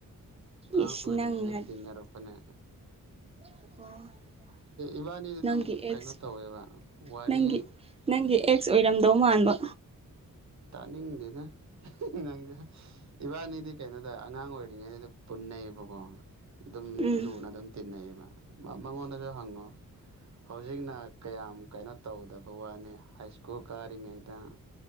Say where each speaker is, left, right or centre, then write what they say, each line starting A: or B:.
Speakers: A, on the right (about 55°); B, on the right (about 15°).
A: ꯂꯥꯡ
B: ꯏꯁ
A: ꯑꯣꯏꯔꯉ
B: ꯅꯪꯅ
A: ꯇꯤꯟꯅꯔꯄꯅꯦ
B: <unintelligible>
A: ꯏꯕꯥꯅꯤꯗꯤ
B: ꯅꯪꯒꯤ
A: ꯑꯗꯨꯝ
B: ꯑꯦꯛꯁ
A: ꯀꯩꯅꯣ ꯇꯧꯋꯦꯕ ꯋꯥꯔꯤ
B: ꯅꯪꯒꯤ ꯅꯪꯒꯤ ꯑꯦꯛꯁ ꯑꯣꯏꯔꯝꯗꯧ ꯃꯥꯟꯕ
A: ꯇꯥꯅꯤꯡꯗꯦꯅ ꯅꯪꯒ ꯏꯕꯥꯅꯤꯗꯤ ꯀꯩꯅꯣꯗ ꯑꯉꯥꯡ ꯑꯣꯏꯔꯤꯉꯩꯗꯨꯗ ꯄꯨꯟꯅꯩꯌꯦꯕꯀꯣ ꯑꯗꯨꯝ
B: ꯎꯝ
A: ꯂꯨꯅ ꯑꯗꯨꯝ ꯇꯤꯟꯅꯩꯌꯦꯕ ꯃꯉꯣꯟꯗꯁꯨ ꯍꯪꯉꯣ ꯍꯧꯖꯤꯛꯅ ꯀꯌꯥꯝ ꯀꯩꯅꯣ ꯇꯧꯗꯕ ꯋꯥꯅꯤ ꯍꯥꯏ ꯁ꯭ꯀꯨꯜ ꯀꯥꯔꯤꯉꯩꯗ